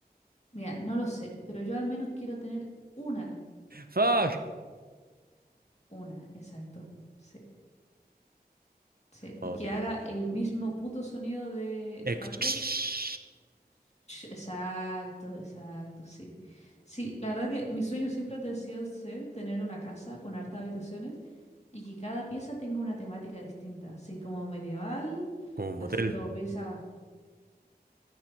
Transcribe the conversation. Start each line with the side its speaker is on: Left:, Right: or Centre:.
Left: Mira, no lo sé, pero yo al menos quiero tener una.
Right: Fuck.
Left: Una, exacto. Sí, sí.
Right: Ok.
Left: Y que haga el mismo puto sonido de Star
Right: Eh, <tsk>
Left: Trek. Exacto, exacto, sí. Sí, la verdad que mi sueño siempre ha sido ser tener una casa con hartas habitaciones y que cada pieza tenga una temática distinta, así como medieval,
Right: Como un
Left: así
Right: motel.
Left: como
Right: <laughs>
Left: pieza,